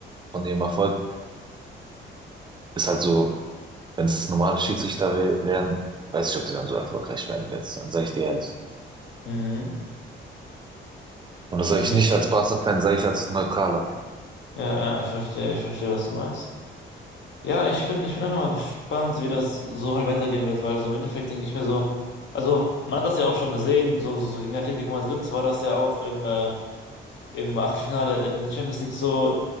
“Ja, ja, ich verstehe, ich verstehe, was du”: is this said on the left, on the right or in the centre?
Left